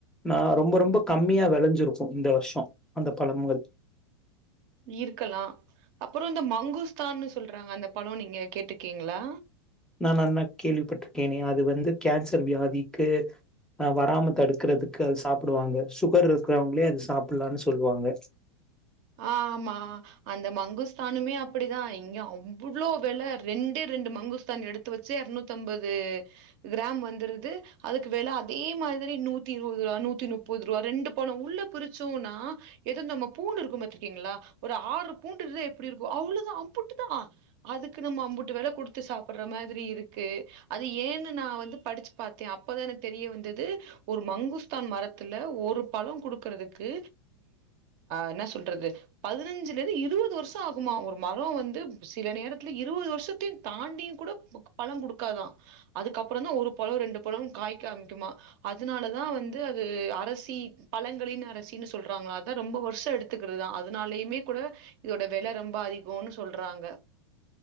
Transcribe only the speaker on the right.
இருக்கலாம் அப்புறம் இந்த மங்குஸ்தான்னு சொல்றாங்க அந்த பழம் நீங்க கேட்டுருக்கீங்களா
ஆமா அந்த மங்குஸ்தானுமே அப்படிதான் இங்க அவ்வளவு வெல ரெண்டே ரெண்டு மங்குஸ்தான் எடுத்து வச்சு இரநூத்தி ஐம்பது கிராம் வந்துருது அதுக்கு வெல அதே மாதிரி நூத்தி இருபது ரூபா நூத்தி முப்பது ரூபா ரெண்டு பணம் உள்ள பிரிச்சோம்னா எதோ நம்ம பூண்டு இரு இருக்கும் பர்த்திங்களா ஒரு ஆறு பூண்டு இருந்தா எப்படி இருக்கும் அவ்ளோதான் அம்புட்டு தான் அதுக்கு நம்ம அம்புட்டு வெலை கொடுத்து சாப்பிடுற மாதிரி இருக்கு அது ஏன்னு நான் வந்து படிச்சு பார்த்தேன் அப்பதான் எனக்கு தெரிய வந்தது ஒரு மங்குஸ்தான் மரத்துல ஒரு பழம் கொடுக்கறதுக்கு என்ன சொல் பண்றது பதினெஞ்சுல இருந்து இருபது வருஷம் ஆகுமா ஒரு மரம் வந்து சில நேரத்தில இருபது வருத்தையும் தாண்டியும் கூட பழம் கொடுக்காதான் அதுக்கப்புறம் தான் ஒரு பழம் ரெண்டு பழம் காய்க ஆரம்பிக்கும்மா அதுனால தான் வந்து அது அரசி பழங்களின் அரசினு சொல்றாங்கலாம் அதான் ரொம்ப வருஷம் எடுத்து கத்துக்கிறதுதான் அதனாலயுமே கூட இதோட விலை ரொம்ப அதிகோம்னு சொல்றாங்க